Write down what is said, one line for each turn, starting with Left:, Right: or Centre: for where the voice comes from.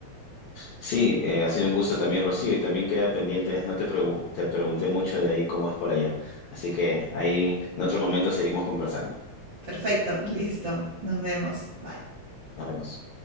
Left: Sí, eh, ha sido un gusto también, Rocío, y también queda pendiente, no te, pregu- te pregunté mucho de ahí cómo es por allá, así que ahí en otro momento seguimos conversando.
Right: Perfecto, listo. Nos vemos. Bye.
Left: Nos vemos.